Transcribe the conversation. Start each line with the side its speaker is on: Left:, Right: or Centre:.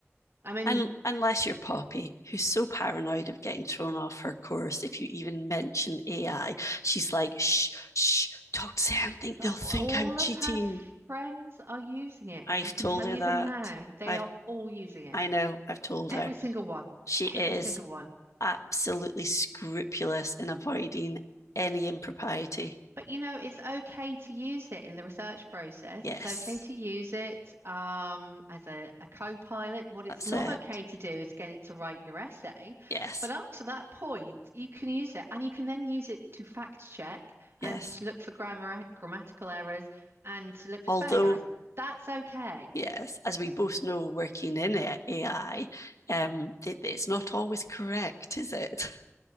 Right: I mean,
Left: And unless you're Poppy, who's so paranoid of getting thrown off her course if you even mention AI, she's like, shh, shh, talk to Sam, think
Right: a-
Left: they'll think
Right: all
Left: I'm cheating.
Right: of her friends are using it.
Left: I've
Right: I can
Left: told
Right: tell
Left: her
Right: you
Left: that.
Right: them now. They
Left: I've
Right: are all using it.
Left: I know, I've told
Right: Every
Left: her.
Right: single one.
Left: She is
Right: Every single one.
Left: absolutely scrupulous in avoiding any impropriety.
Right: But you know, it's okay to use it in the research process.
Left: Yes,
Right: It's okay to use it um, as a, a co-pilot. What
Left: that's
Right: it's not
Left: it.
Right: okay to do is get it to write your essay.
Left: Yes,
Right: But up to that point, you can use it and you can then use it to fact check
Left: yes.
Right: and to look for grammar grammatical errors and to look for
Left: Although,
Right: spelling errors. That's okay.
Left: yes,
Right: <laughs>
Left: as we both know, working in AI, um, it, it's not always correct, is it? <laughs>